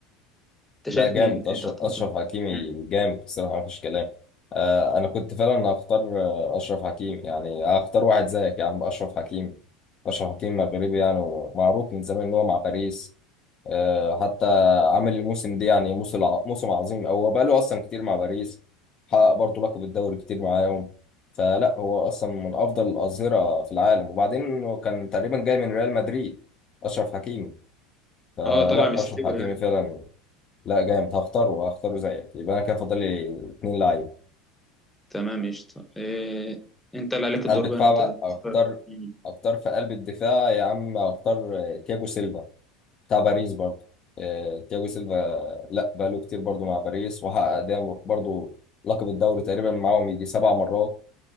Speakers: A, in the centre; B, on the left.
A: انت
B: لا
A: شايف
B: جامد
A: مين
B: اشرف
A: إيه تختار
B: اشرف
A: مين؟
B: حكيمي
A: مم.
B: جامد بصراحه مفيش كلام آه، انا كنت فعلا هختار آه، اشرف حكيمي يعني هختار واحد زيك يا عم اشرف حكيمي اشرف حكيمي مغربي يعني ومعروف من زمان ان هو مع باريس آه، حتى عامل الموسم ده يعني موسم ع- موسم عظيم هو بقى له اصلا كتير مع باريس حقق برضه لقب الدوري كتير معاهم فلا هو اصلا من افضل الاظهره في العالم وبعدين هو كان تقريبا جاي من ريال مدريد اشرف حكيمي فلا
A: اه طلع مستوى
B: اشرف حكيمي
A: يعني
B: فعلا لا جامد هختاره هختاره زيك يبقى انا كده فاضل لي اتنين لعيب
A: تمام قشطة إيه... انت اللي عليك الدور
B: قلب دفاع
A: بقى ان انت
B: بقى
A: تختار
B: اختار
A: مم.
B: اختار في قلب الدفاع يا عم اختار تياجو سيلفا بتاع باريس برضه آه، تياجو سيلفا لا بقاله كتير برضه مع باريس وحقق دايما برضه لقب الدوري تقريبا معاهم يجي سبع مرات